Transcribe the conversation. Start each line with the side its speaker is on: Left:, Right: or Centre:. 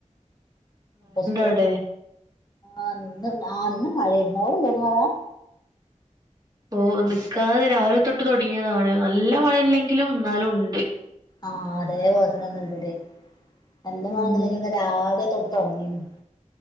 Left: ഇസ്കൂള്
Right: അവിടെ
Left: പോ ആഹ ഇന്ന ആ ഇന്ന് മഴയാരുന്നു അവിടെ ഇണ്ടാർന്നോ മഴ
Right: ഓ നിക്കാതെ രാവിലെ തൊട്ട് തുടങ്ങിയതാണ് നല്ല മഴയില്ലെങ്കിലും എന്നാലും ഉണ്ട്
Left: ആഹ അതേ പോലത്തന്നെ ഇവിടേം എന്റെ മകനിന്നലെ
Right: ഉം
Left: രാവിലെ തൊ തുടങ്ങിന്ന്